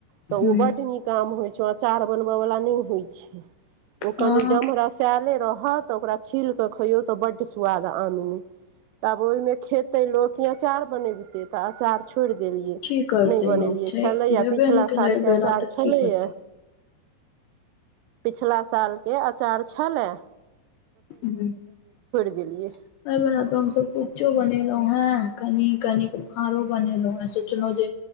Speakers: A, on the right; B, on the left.
A: तऽ
B: हँ
A: ओ बड्ड नीक काम होइत छै अचार बनबयवला नय होइ छै ओ
B: हँ,
A: कनि डमरा साले रह तऽ ओकरा छील क खइयौ तऽ बड्ड स्वाद आममे तब ओहिमे खेतै लोक कि अचार बनेबतै तऽ अचार छोड़ छोड़ देलियै
B: की करते
A: नय बनेलियै
B: लोग छै
A: छलै
B: भेबे
A: पिछिला
B: नहि केलै
A: सालके
B: एहि बेरा
A: अचार
B: तऽ
A: छलैए
B: की करतै
A: पिछला सालके अचार छलै
B: एहि
A: देलियै
B: बला तऽ हमसब तऽ कुच्चो बनेलहुं हन कनी कनिक फाड़ो बनेलहु सोचलहु जे